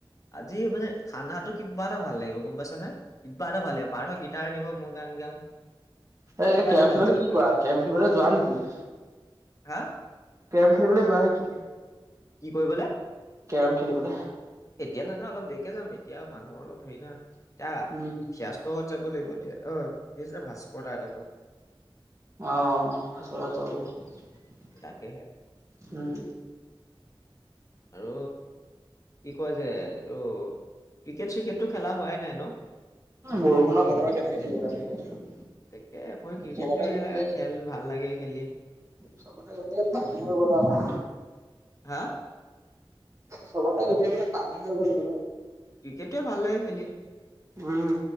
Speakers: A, on the left; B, on the right.
A: আজি মানে খানাটো কিবা এটা ভাল লাগিব গম পাইছা নে কিবা এটা ভাল লাগিব পাৰ্থয়ে গিটাৰ গিটাৰ নিব মই গান গাম।
B: এ
A: কিবা
B: কেৰম
A: এটা ভাল
B: খেলতো
A: লাগিব
B: কি
A: খানাটো
B: কৰা কেৰম খেলীবলৈ যোৱা নেকি?
A: হা?
B: কেৰম খেলিবলৈ যোৱা নেকি?
A: কি কৰিবলৈ?
B: কেৰম খেলিবলে
A: এতিয়া নাযাওঁ অলপ দেৰিকে যাম এতিয়া মানুহৰ অলপ হৰি ন এতিয়া
B: উম
A: <unintelligible> যাব লাগিব দিয়া অ' কি আছিলে ভাস্কৰদাহঁতৰ ঘৰত।
B: অ', ভাস্কৰ তাত যাব লাগিব।
A: তাকেহে।
B: উম।
A: আৰু কি কয় যে এইটো ক্ৰিকেট চিকেটটো খেলা হোৱাই নাই ন।
B: বৰষুণৰ বতৰ কেনেকে খেলিবা ক্ৰিকেট।
A: তাকে মই ক্ৰিকেট
B: চবতে
A: <unintelligible>
B: গোটেই
A: খেল ভাল লাগে খেলি।
B: চবতে এতিয়া পানী হৈ গ'ল আৰু।
A: হা
B: চবতে গোটেইবিলাক পানীহৈ গ'ল বোলো।
A: ক্ৰিকেটতোৱে ভাল লাগে খেলি।
B: উম।